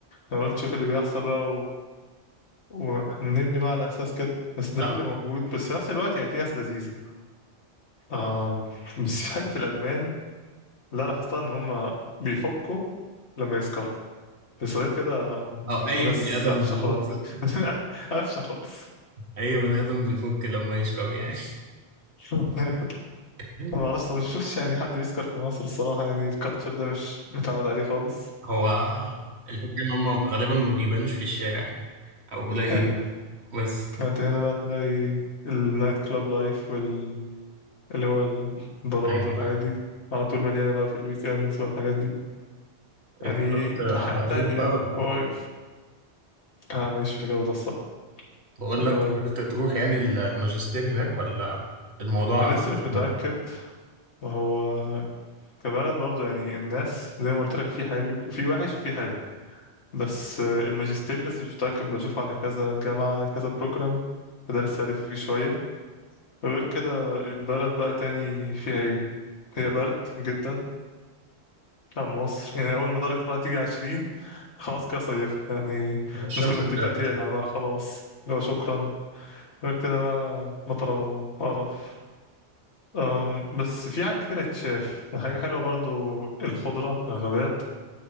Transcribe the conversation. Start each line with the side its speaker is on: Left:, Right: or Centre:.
Left: انا قلت شوف اللي بيحصل بقى و... ونبني بقى على اساس كده بس ده
Right: لا
Left: اللي موجود بس في نفس الوقت يعني في ناس لذيذه آم... بس في حاجه في الالمان لا لاحظتها ان هم بيفكوا لما يسكروا بس غير كده
Right: او اي
Left: ناس
Right: بني ادم
Left: قفشه
Right: بيفكر
Left: خالص <laughs> قفشه خالص
Right: اي بني ادم بيفك لما يشرب يعني
Left: <laughs> أيوة.
Right: <laughs>
Left: ما اعرفش ما شفتش يعني حد يسكر في مصر الصراحه يعني الكالتشر ده مش متعود عليه خالص
Right: هو الفكره ان هم غالبا ما بيبانوش في الشارع او قليل
Left: ايوه
Right: بس
Left: انت هنا بقى تلاقي النايت كلاب لايف وال اللي هو البارات
Right: ايوه
Left: والحاجات
Right: ايوه
Left: دي على طول مليانة بقى في الويكندز والحاجات دي يعني
Right: إيه قررت
Left: حياة تانية
Right: هتروح بقى
Left: يعني
Right: ولا
Left: هو أنا ماليش في الجو ده الصراحة
Right: بقول
Left: اللي
Right: لك
Left: هو
Right: قررت
Left: ال...
Right: تروح يعني ال- الماجستير هناك ولا الموضوع
Left: ولسه
Right: قفل
Left: مش متأكد
Right: جامد؟
Left: وهو كبلد برضه يعني الناس زي ما قلت لك في حلو وفي وحش وفي حلو بس آه، الماجستير لسه مش متأكد بشوفه على كذا جامعة على كذا بروجرام فده لسه ألف فيه شوية غير كده البلد بقى تاني فيها ايه هي برد جدا عن مصر يعني أول ما درجة الحرارة تيجي عشرين خلاص كده صيفنا يعني
Right: الشمس
Left: الناس كلها تبدأ
Right: طلعت
Left: تقلع بقى خلاص لو شكرا غير كده بقى مطرة وقرف أم بس في حاجة كتير اتشاف حاجة حلوة برضو الخضرة الغابات